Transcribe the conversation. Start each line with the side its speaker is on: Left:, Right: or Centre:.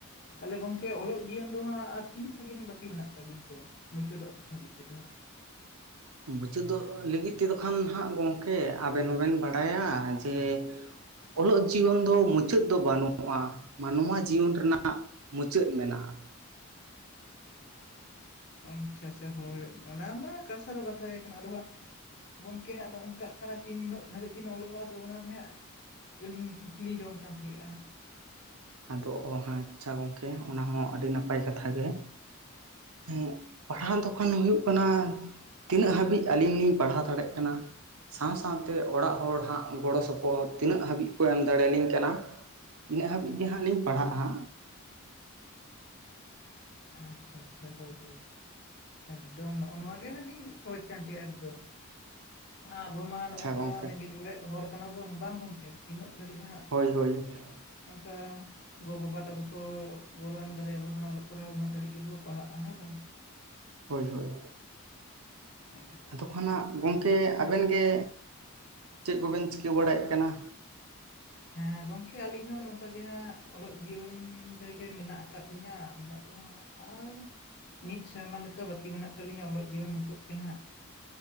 Left: ᱛᱟᱦᱚᱞᱮ ᱜᱚᱝᱠᱮ ᱚᱞᱚᱜ ᱡᱤᱭᱚᱱ ᱫᱚ ᱦᱟᱜ ᱟᱨ ᱛᱤᱱ ᱥᱟᱜᱤᱧ ᱵᱟᱠᱤ ᱢᱮᱱᱟᱜ ᱛᱟᱵᱤᱱ ᱛᱮ? ᱢᱩᱪᱟᱹᱫᱚᱜ ᱫᱷᱟᱹᱵᱤᱡ ᱛᱮᱫᱚ ᱦᱟᱜ?
Right: ᱢᱩᱪᱟᱹᱫᱚᱜ ᱞᱟᱹᱜᱤᱫ ᱛᱮᱫᱚ ᱠᱷᱟᱱ ᱦᱟᱜᱸ ᱜᱚᱝᱠᱮ ᱟᱵᱮᱱ ᱦᱚᱸᱵᱮᱱ ᱵᱟᱲᱟᱭᱟ ᱡᱮ- ᱚᱞᱚᱜ ᱡᱤᱭᱚᱱ ᱫᱚ ᱢᱩᱪᱟᱹᱫ ᱫᱚ ᱵᱟᱹᱱᱩᱜᱼᱟ ᱢᱟᱱᱣᱟ ᱡᱤᱭᱚᱱ ᱨᱮᱱᱟᱜ ᱢᱩᱪᱟᱹᱫ ᱢᱮᱱᱟᱜᱼᱟ᱾
Left: ᱟᱪᱪᱷᱟ ᱪᱷᱟ ᱦᱳᱭ ᱚᱱᱟ ᱢᱟ ᱠᱟᱛᱷᱟ ᱫᱚ ᱠᱟᱛᱷᱟ ᱜᱮ ᱠᱟᱱᱟ ᱟᱫᱚ ᱦᱟᱸᱜ᱾ ᱜᱚᱝᱠᱮ ᱦᱟᱸᱜ ᱱᱚ ᱱᱚᱝᱠᱟᱜ ᱠᱟᱱᱟ ᱛᱤᱱᱟᱹᱜ ᱫᱷᱟᱹᱨᱤᱡ ᱵᱤᱱ ᱚᱞᱚᱜᱼᱟ ᱟᱫᱚ ᱚᱱᱟᱜᱮ ᱦᱟᱸᱜ ᱟᱹᱞᱤᱧ ᱠᱩᱠᱞᱤ ᱡᱚᱢ ᱠᱟᱱ ᱛᱟᱦᱮᱸᱜᱼᱟ?
Right: ᱟᱫᱚ ᱚ ᱟᱪᱪᱷᱟ ᱜᱚᱝᱠᱮ ᱚᱱᱟ ᱦᱚᱸ ᱟᱹᱰᱤ ᱱᱟᱯᱟᱭ ᱠᱟᱛᱷᱟ ᱜᱮ᱾ ᱦᱩᱸ ᱯᱟᱲᱦᱟᱜ ᱫᱚᱠᱷᱚᱱ ᱦᱩᱭᱩᱜ ᱠᱟᱱᱟ᱾ ᱛᱤᱱᱟᱹᱜ ᱫᱦᱟᱵᱤᱡ ᱟᱞᱤᱧ ᱠ ᱦᱟᱹᱵᱤᱡ ᱟᱞᱤᱧ ᱞᱤᱧ ᱯᱟᱲᱦᱟᱣ ᱫᱟᱲᱭᱟᱜ ᱠᱟᱱᱟ᱾ ᱥᱟᱶ ᱥᱟᱶᱛᱮ ᱚᱲᱟᱜ ᱦᱚᱲ ᱦᱟᱸᱜ ᱜᱚᱲᱚ ᱥᱚᱯᱚᱦᱚᱫ ᱛᱤᱱᱟᱹᱜ ᱦᱟᱹᱵᱤᱡ ᱠᱚ ᱮᱢ ᱫᱟᱲᱮᱭᱟᱞᱤᱧ ᱠᱟᱱᱟ᱾ ᱤᱱᱟᱹᱜ ᱦᱟᱹᱵᱤᱡ ᱜᱮ ᱦᱟᱸᱜ ᱞᱤᱧ ᱯᱟᱲᱦᱟᱜᱼᱟ᱾
Left: ᱟᱪᱪᱷᱟ ᱟᱪᱪᱷᱟ ᱦᱳᱭ ᱦᱳᱭ ᱮᱠᱫᱚᱢ ᱱᱚᱜ-ᱟ ᱱᱚᱣᱟ ᱜᱮ ᱦᱟᱸᱜ ᱞᱤᱧ ᱠᱷᱚᱡ ᱠᱟᱱ ᱛᱟᱦᱮᱸᱫ-ᱟ ᱮᱠᱫᱚᱢ ᱟᱵᱚ ᱢᱟ ᱱᱚᱜ
Right: ᱟᱪᱪᱷᱟ
Left: ᱚᱝᱠᱟ
Right: ᱜᱚᱝᱠᱮ
Left: ᱨᱮᱸᱜᱮᱡ ᱚᱨᱮᱡ ᱦᱚᱲ ᱠᱟᱱᱟ ᱵᱚᱱ ᱵᱟᱝ ᱜᱚᱝᱠᱮ ᱛᱤᱱᱟᱹᱜ ᱫᱷᱟᱹᱨᱤᱡ ᱦᱟᱸᱜ
Right: ᱦᱳᱭ ᱦᱳᱭ
Left: ᱚᱱᱠᱟ ᱜᱚ ᱵᱟᱵᱟ ᱛᱟᱠᱚ ᱜᱚ ᱜᱚᱲᱚ ᱮᱢ ᱫᱟᱲᱮ ᱟᱵᱚᱱ ᱚᱞᱚᱜ ᱯᱟᱲᱦᱟᱜ ᱩᱱᱟᱹᱜ ᱫᱷᱟᱹᱨᱤᱡ ᱜᱮᱵᱚ ᱯᱟᱲᱦᱟᱜ-ᱟ ᱦᱮᱸ ᱵᱟᱝ
Right: ᱦᱳᱭ ᱦᱳᱭ
Left: ᱮᱠᱫᱚᱢ
Right: ᱟᱫᱚ ᱠᱷᱟᱱᱟᱜ ᱜᱚᱝᱠᱮ ᱟᱵᱮᱱ ᱜᱮ ᱪᱮᱫ ᱠᱚᱵᱮᱱ ᱪᱤᱠᱟᱹ ᱵᱟᱲᱟᱭᱮᱫ ᱠᱟᱱᱟ?
Left: ᱦᱮᱸ ᱜᱚᱝᱠᱮ ᱟᱞᱤᱧ ᱦᱚᱸ ᱱᱚᱝᱠᱟ ᱜᱮ ᱦᱟᱸᱜ ᱚᱞᱚᱜ ᱡᱤᱭᱚᱱ ᱨᱮᱜᱮ ᱢᱮᱱᱟᱜ ᱟᱠᱟᱫ ᱞᱤᱧᱟᱹ ᱢᱮᱱᱟᱜ ᱫᱚ ᱦᱟᱸᱜ ᱟᱨ ᱢᱤᱫ ᱥᱮᱨᱢᱟ ᱞᱮᱠᱟ ᱵᱟᱹᱠᱤ ᱢᱮᱱᱟᱜ ᱛᱟᱹᱞᱤᱧᱟ ᱚᱞᱚᱜ ᱡᱤᱭᱚᱱ ᱢᱩᱪᱟᱹᱫ ᱛᱮ ᱦᱟᱸᱜ